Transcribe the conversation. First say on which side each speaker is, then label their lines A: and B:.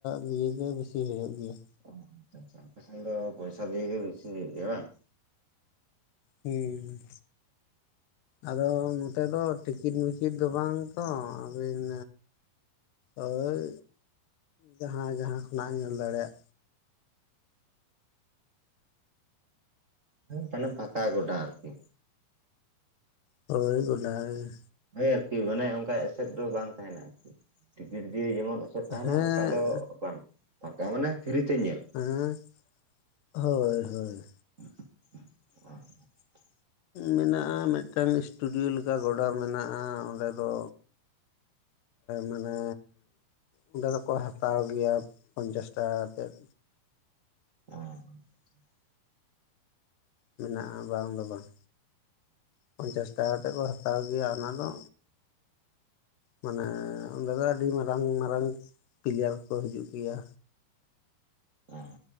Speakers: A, on the left (about 85°); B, on the right (about 80°).
A: ᱫᱤᱭᱮ ᱜᱮ ᱵᱤᱥᱤ ᱦᱩᱭᱩᱜ ᱜᱮᱭᱟ
B: ᱚ <inaudible> ᱟᱯᱮ ᱥᱮᱱ ᱫᱚ ᱯᱚᱭᱥᱟ ᱫᱤᱭᱟᱹ ᱜᱮ ᱵᱤᱥᱤ ᱦᱩᱭᱩᱜ ᱜᱮᱭᱟ ᱵᱟᱝ
A: ᱦᱮᱸ ᱟᱫᱚ ᱱᱚᱛᱮ ᱫᱚ ᱴᱤᱠᱤᱴ ᱢᱤᱠᱤᱴ ᱫᱚ ᱵᱟᱝ ᱛᱚ ᱟᱹᱵᱤᱱ ᱦᱳᱭ ᱡᱟᱦᱟᱸ ᱡᱟᱦᱟᱸ ᱠᱷᱚᱱᱟᱜᱼᱮ ᱧᱮᱞ ᱫᱟᱲᱮᱭᱟᱜ
B: ᱦᱮᱸ ᱢᱟᱱᱮ ᱯᱷᱟᱠᱟ ᱜᱚᱰᱟ ᱟᱨᱠᱤ
A: ᱦᱳᱭ ᱜᱚᱰᱟ
B: ᱦᱳᱭ ᱟᱨᱠᱤ ᱢᱟᱱᱮ ᱚᱱᱠᱟ ᱮᱥᱮᱫ ᱫᱚ ᱵᱟᱝ ᱛᱟᱦᱮᱱᱟ ᱟᱨᱠᱤ ᱴᱤᱠᱤᱴ ᱫᱤᱭᱟᱹ ᱡᱮᱢᱚᱱ ᱛᱟᱦᱮᱱᱟ
A: ᱦᱮᱸ
B: ᱚᱱᱠᱟ ᱫᱚ ᱵᱟᱝ ᱯᱷᱟᱠᱟ ᱢᱟᱱᱮ ᱯᱷᱤᱨᱤ ᱛᱮ ᱧᱮᱞ
A: ᱦᱮᱸ ᱦᱳᱭ ᱦᱳᱭ
B: <inaudible>
A: ᱢᱮᱱᱟᱜᱼᱟ ᱢᱤᱫᱴᱟᱝ ᱥᱴᱩᱰᱤᱭᱳ ᱞᱮᱠᱟ ᱜᱚᱰᱟ ᱢᱮᱱᱟᱜᱼᱟ ᱚᱸᱰᱮ ᱫᱚ ᱢᱟᱱᱮ ᱚᱸᱰᱮ ᱫᱚᱠᱚ ᱦᱟᱛᱟᱣ ᱜᱮᱭᱟ ᱯᱚᱧᱪᱟᱥ ᱴᱟᱠᱟ ᱠᱟᱛᱮᱫ
B: <unintelligible>
A: ᱢᱮᱱᱟᱜᱼᱟ ᱵᱟᱝ ᱫᱚ ᱵᱟᱝ ᱯᱚᱧᱪᱟᱥ ᱴᱟᱠᱟ ᱠᱟᱛᱮᱫ ᱠᱚ ᱦᱟᱛᱟᱣ ᱜᱮᱭᱟ ᱚᱱᱟ ᱫᱚ ᱢᱟᱱᱮ ᱚᱸᱰᱮ ᱫᱚ ᱟᱹᱰᱤ ᱢᱟᱨᱟᱝ ᱢᱟᱨᱟᱝ ᱯᱞᱤᱭᱟᱨ ᱠᱚ ᱦᱤᱡᱩᱜ ᱜᱮᱭᱟ
B: ᱚᱸ